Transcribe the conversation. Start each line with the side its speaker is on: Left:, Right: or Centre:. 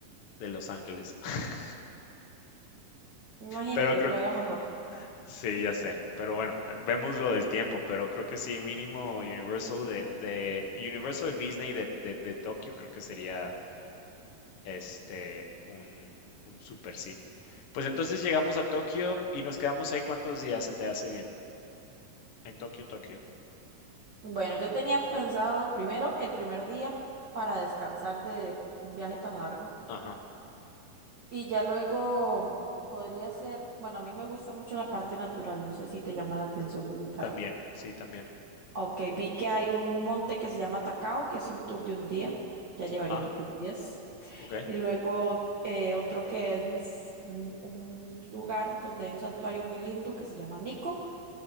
Left: de Los Ángeles. <laughs>
Right: Me imagino
Left: Pero
Right: que
Left: creo
Right: todavía
Left: que
Right: mejor.
Left: sí, ya sé. Pero bueno, eh, vemos lo del tiempo, pero creo que sí, mínimo Universal de, de Universal Disney de, de, de Tokio, creo que sería este un, un super sí. Pues entonces llegamos a Tokio y nos quedamos ahí cuántos días se te hace bien. En Tokio, Tokio.
Right: Bueno, yo tenía pensado primero el primer día para descansar de un viaje tan largo
Left: Ajá.
Right: y ya luego podría ser, bueno, a mí me gusta mucho la parte natural, no sé si te llama la atención visitar.
Left: También, sí, también.
Right: Ok, vi que hay un monte que se llama Tacao, que es un tour de un día, ya llevaríamos
Left: Ah,
Right: dos días.
Left: ok.
Right: Y luego eh, otro que es un un lugar donde hay un santuario muy lindo que se llama Nico.